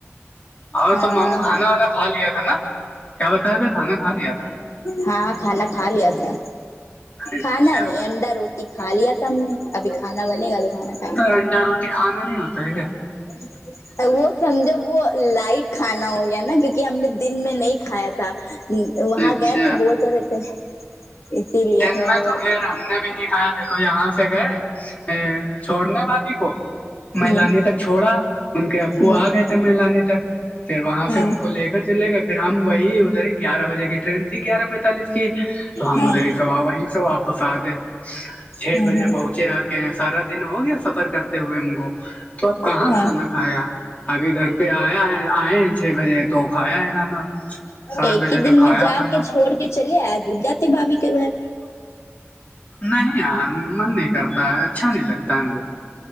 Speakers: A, on the left (about 35°); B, on the left (about 75°).
A: ا
B: ہاں
A: تو ماموں کھانا وانا کا لیا تھا نا کیا بتایا تھا کھانا کھا لیا تھا
B: ہاں ہاں کھانا کھا لیا تھا
A: اچھا
B: کھانا نہیں انڈا روٹی کھا لیا تھا ہم نے ابھی کھانا بنے گا تو کھانا کھا
A: ٹنڈا روٹی کھانا نہیں ہوتا ہے کیا
B: <unintelligible> ا وہ سمجھو وہ لائٹ کھانا ہو یا نا کیونکہ ہم نے دن میں نہیں کھایا تھا وہاں
A: اچھا
B: گئے تھے بول ہو رہے تھے اسی لیے
A: دن
B: تھوڑا
A: میں
B: بہت
A: تو خیر ہم نے بھی نہیں کھایا دیکھو یہاں سے گئے ا چھوڑنے بھابھی کو مہلانی
B: ہ
A: تک چھوڑا ان کے ابو
B: ہ ہ
A: آ گئے تھے مل آنے تک پھر وہاں
B: ہاں
A: سے ان کو لے کر چلے گا پھر ہم وہی ادھر گیارہ بجے کی ٹرین تھی گیارہ پینتالس کی تو ہم
B: ہاں
A: ادھر ہی سے وہیں سے واپس آ گئے چھ
B: ہ
A: بجے پہنچے آ کے سارا دن ہو گیا سب ر کرتے ہوئے ہم کو تو آپ کہاں
B: ہاں
A: کھانا کھایا ابھی گھر پہ آیا ہے آئے چھ بجے تو کھایا ہے کھانا سات
B: ایک
A: بجے
B: ہی دن
A: تک کھایا
B: میں جا
A: ہے کھانا
B: کے چھوڑ کے چلے آ دب جاتے بھابھی کے گھر
A: نہیں یار من نہیں کرتا ہے اچھا نہیں لگتا ہے مجھے